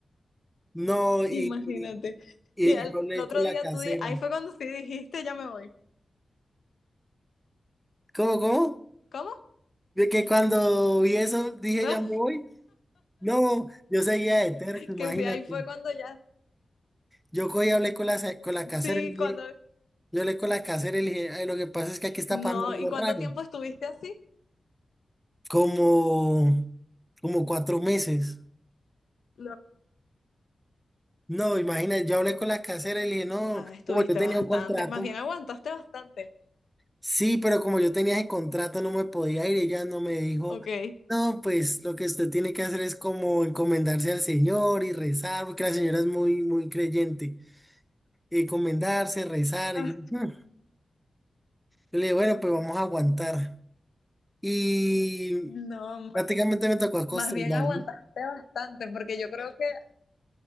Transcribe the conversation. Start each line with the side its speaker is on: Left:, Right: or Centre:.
Centre: No, y,
Left: imagínate.
Centre: y, y,
Left: Y al,
Centre: y yo hablé
Left: el otro
Centre: con la
Left: día
Centre: casera.
Left: tú di- ahí fue cuando sí dijiste, ya me voy.
Centre: ¿Cómo, cómo?
Left: ¿Cómo? <laughs>
Centre: De que cuando vi eso dije,
Left: No.
Centre: ya me voy. No, yo seguía de terco, imagínate.
Left: Que sí, ahí fue cuando ya,
Centre: Yo cogí y hablé con la, con la casera
Left: sí,
Centre: y le
Left: cuando,
Centre: yo hablé con la casera y le dije, "Ay, lo que pasa es que aquí está
Left: no,
Centre: pasando algo
Left: ¿y cuánto
Centre: raro.
Left: tiempo estuviste así?
Centre: como, como cuatro meses.
Left: Lo-
Centre: No, imagínate, yo hablé con la casera y le dije, no,
Left: Ah, estuviste
Centre: como yo tenía
Left: bastante,
Centre: un contrato,
Left: más bien aguantaste bastante,
Centre: sí, pero como yo tenía ese contrato no me podía ir, ella no me dijo,
Left: ok.
Centre: no, pues lo que usted tiene que hacer es como encomendarse al Señor y rezar, porque la señora es muy, muy creyente, encomendarse, rezar,
Left: Ah,
Centre: y yo, "Hmm". Yo le dije, bueno, pues vamos a aguantar. Y
Left: No, ma-
Centre: prácticamente me tocó acostumbrarme.
Left: más bien aguantaste bastante, porque yo creo que,